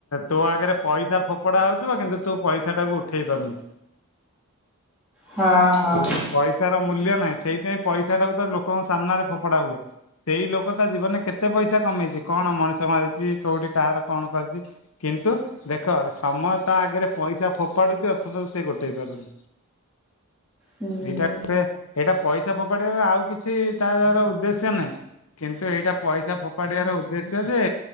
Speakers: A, on the left; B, in the centre.
A: ତୋ ଆଗରେ ପଇସା ଫୋପଡା ହଉଥିବ କିନ୍ତୁ ତୁ ପଇସା ଟାକୁ ଉଠେଇ ପାରୁନି
B: ହଁ ହଁ
A: ଆଜ୍ଞା। ପଇସାର ମୂଲ୍ୟ ନାହିଁ ସେଇଥିପାଇଁ ପଇସା ଟାକୁ ତ ଲୋକଙ୍କ ସାମ୍ନାରେ ଫୋପଡା ହୁଏ। ସେଇ ଲୋକ ତା ଜୀବନରେ କେତେ ପଇସା କମେଇଛି କଣ ମଣିଷ ମାରିଛି କୋଉଠି କାହାର କଣ କରିଛି? କିନ୍ତୁ ଦେଖ ସମୟ ତା ଆଗରେ ପଇସା ଫୋପାଡୁଛି ଅର୍ଥ ତ ସେ ଗୋଟେଇ ପାରୁନି।
B: ହୁଁ
A: ଏଇଟା ଏଇଟା ପଇସା। ଚା ଫୋପାଡି ଆଉ କିଛି ତାର ଉଦ୍ଦେଶ୍ୟ ନାହିଁ। କିନ୍ତୁ ଏଇଟା ପଇସା ଫୋପାଡିବାର ଉଦ୍ଦେଶ୍ୟ ଯେ